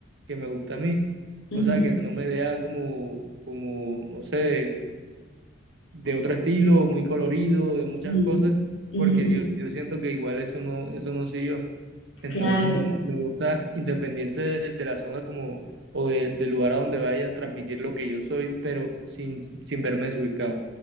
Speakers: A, on the right; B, on the left.
A: que me gusta a mí.
B: Ujú,
A: O sea, que no me vea como, como, no sé, de otro estilo, muy colorido, de muchas
B: ujú,
A: cosas,
B: ujú,
A: porque yo, yo siento que igual eso no, eso no soy yo. Entonces
B: Claro.
A: no me gusta, independiente de, de la zona como, o de- del lugar a donde vaya, transmitir lo que yo soy, pero sin, sin verme desubicado.